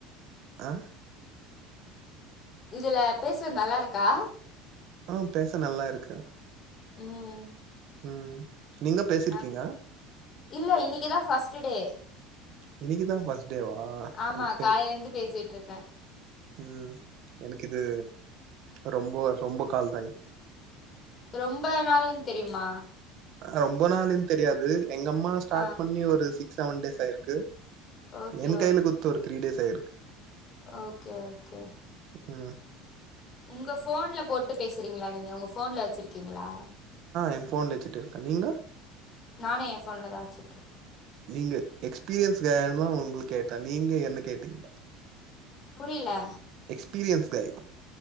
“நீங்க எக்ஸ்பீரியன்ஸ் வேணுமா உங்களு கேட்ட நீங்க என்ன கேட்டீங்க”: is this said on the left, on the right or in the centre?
Right